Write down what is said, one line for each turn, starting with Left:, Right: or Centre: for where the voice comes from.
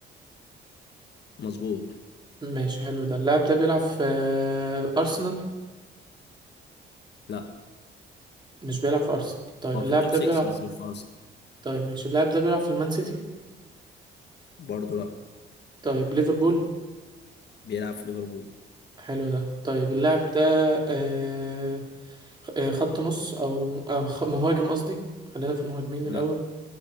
Left: مظبوط
Right: ماشي حلو ده اللاعب ده بيلعب في آه، أرسنال
Left: لا
Right: مش بيلعب في أرسنال طيب
Left: هو
Right: اللاعب
Left: في التوب
Right: ده
Left: 6
Right: بيلعب
Left: بس مش في ارسنال
Right: طيب ماشي اللاعب ده بيلعب في المان سيتي
Left: برضه لا
Right: طيب ليفربول
Left: بيلعب في ليفربول
Right: حلو ده طيب اللاعب ده آه، آه، خط نص أو آه، خ- مهاجم قصدي خلينا في المهاجمين
Left: لا
Right: الأول